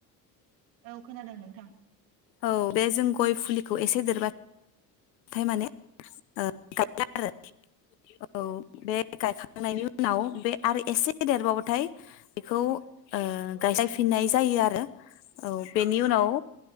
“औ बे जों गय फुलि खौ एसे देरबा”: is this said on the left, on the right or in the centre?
Left